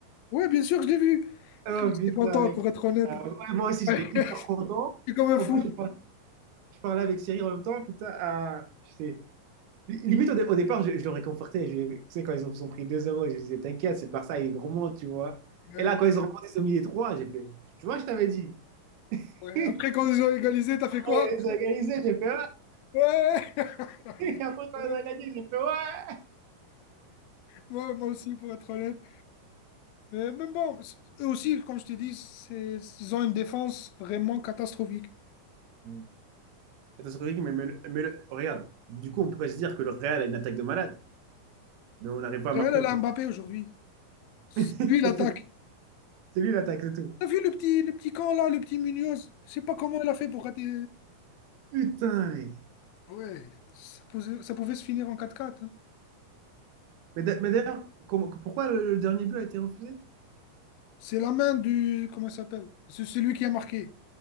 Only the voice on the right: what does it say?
Oh
putain,
mec.
Euh, ouais, moi aussi,
j'étais hyper content.
En
plus, je par- je parlais, avec Cyril en même temps. Putain, ah, j'étais- limite, au, dé- au départ, je, je le réconfortais. Je, tu sais, quand ils ont, sont pris deux 0 je disais, t'inquiète, c'est par ça, ils remontent, tu vois.
Et là, quand ils ont remonté, ils ont mis les trois j'ai fait, tu vois, je t'avais dit.
<laughs>
Ouais, Ils ont organisé, j'ai fait,
ouais. <laughs> Après, quand
ils ont gagné, j'ai fait, ouais.
Mm. Attends, Cédric, mais, mais le- mais le- regarde, du coup, on pourrait se dire que le Real a une attaque de malade, mais on n'arrive pas
à marquer
contre.
<laughs>
C'est
tout. C'est lui l'attaque, c'est tout.
Putain, mec.
Mais d'a- mais d'ailleurs, comment- pourquoi le, le dernier but a été refusé?